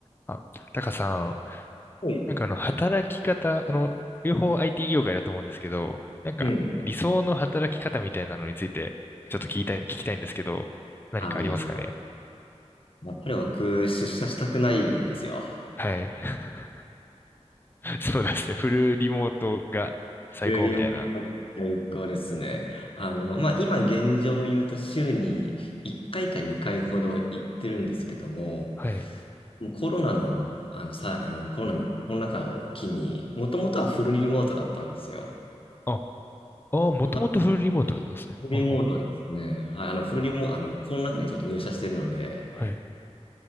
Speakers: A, on the left; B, on the left.
A: あ、タカさん、
B: はい。
A: なんかあの、働き方、あの、両方 IT 業界だと思うんですけど、なんか、
B: うん。
A: 理想の働き方みたいなのについて、ちょっと聞きたい、聞きたいんですけど、何かありますかね
B: ああ、いいですか。やっぱり僕、出社したくないんですよ。
A: はい。<laughs> そうですね。フルリモートが最高みたいな。
B: よりも最高ですね。あの、
A: うん
B: まあ、今現状を言うと週に1回か2回ほど行ってるんですけども、
A: はい。
B: もうコロナの、あの、さ、あの、コロナの、コロナ禍を機に、もともとはフルリモートだったんですよ。
A: あ、あ、もともとフルリモートだったんですね。
B: はいフルリモートですね。
A: ほんほ
B: はい、あの、フルリモート、あの、コロナ禍にちょっと入社してるので、
A: んはい。